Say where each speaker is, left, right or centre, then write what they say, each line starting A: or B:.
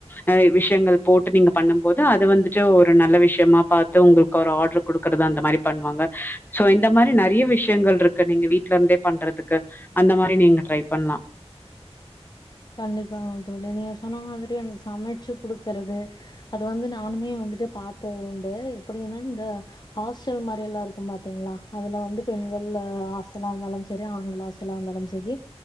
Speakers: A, on the left; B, on the left.
A: நெறைய விஷ்யங்கள் போட்டு நீங்க பண்ணம் போது அது வந்துட்டு ஒரு நல்ல விஷ்யமா பாத்து உங்குளுக் ஒரு ஆட்ரு குடுக்குறது அந்த மாரி பண்வாங்க சோ இந்த மாரி நெறைய விஷ்யங்கள்ருக்கு நீங்க வீட்ல இருந்தே பண்றதுக்கு அந்த மாரி நீங்க ட்ரை பண்லா
B: கண்டிப்பாங்க தோழி நீ சொன்ன மாதிரி அங்க சமச்சு குடுக்கறது அது வந்து நானுமே வந்துட்டு பாத்தது உண்டு எப்டின்னா இந்த ஹாஸ்டல் மாரி எல்லா இருக்கு பாத்தேங்க்ளா அதுல வந்து பெண்கள் அ ஹாஸ்டலா இருந்தாலும் செரி ஆண்கள் ஹாஸ் த்துல இருந்தாலு சரி